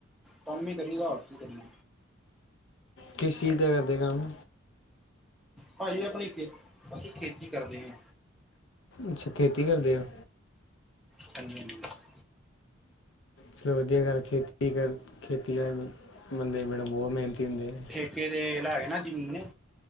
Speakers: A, in the centre; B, on the left.
A: ਕੰਮ ਹੀ ਕਰੀਦਾ ਹੋ ਕਰੀਏ
B: ਕਿਸ ਚੀਜ਼ ਦਾ ਕਰਦੇ ਕੰਮ
A: ਭਾਅ ਜ ਆਪਣੀ ਖੇ ਅਸੀਂ ਖੇਤੀ ਕਰਦੇ ਹਾਂ
B: ਅੱਛਾ ਖੇਤੀ ਕਰਦੇ ਹੋ
A: ਤੰ <inaudible>
B: ਚਲੋ ਵਧੀਆ ਗੱਲ ਖੇਤੀ ਕਰ ਖੇਤੀ ਵਾਲੇ ਬੰਦੇ ਬਿੜ ਬਹੁਤ ਮਿਹਨਤੀ ਹੁੰਦੇ ਹੈ
A: ਧਕੇ ਦੇ ਲੈ ਗ ਨਾ ਜ਼ਮੀਨ